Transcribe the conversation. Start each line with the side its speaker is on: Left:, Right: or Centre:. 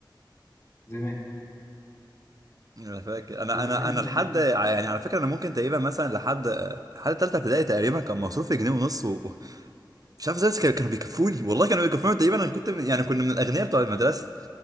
Left: زمان
Right: انا فاكر انا
Left: وكمان
Right: انا انا لحد
Left: آه،
Right: يعني على فكره انا ممكن تقريبا مثلا لحد لحد ثالثه ابتدائي تقريبا كان مصروفي جنيه ونص و... و- مش عارف ازاي بس كانوا كانوا بيكفوني والله كانوا بيكفوني تقريبا انا كنت من- يعني كنا من الاغنياء بتوع المدرسه